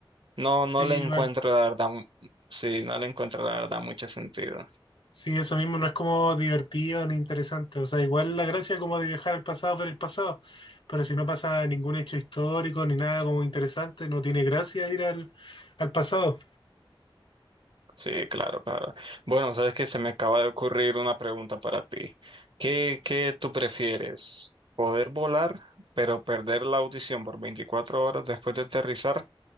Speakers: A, on the right; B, on the left.
A: no, no
B: Sí,
A: le encuentro
B: igual.
A: la verdad, mu- sí, no le encuentro la verdad mucho sentido.
B: Sí, eso mismo no es como divertido ni interesante. O sea, igual la gracia como de viajar al pasado, ver el pasado, pero si no pasa ningún hecho histórico ni nada como interesante, no tiene gracia ir al, al pasado.
A: Sí, claro, claro. Bueno, sabes que se me acaba de ocurrir una pregunta para ti. ¿Qué, qué tú prefieres? ¿Poder volar, pero perder la audición por 24 horas después de aterrizar?